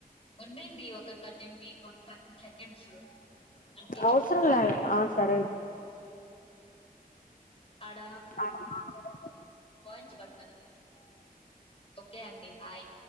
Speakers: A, on the left; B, on the left.
A: ఉండండి ఒక థర్టీన్ మి థర్టీన్ సెకండ్స్ ఓకే
B: అవసరం లే ఆ సరే
A: ఆడ
B: అవునా అండి
A: పాయింట్స్ పడుతున్నాయి ఓకే అండి బాయ్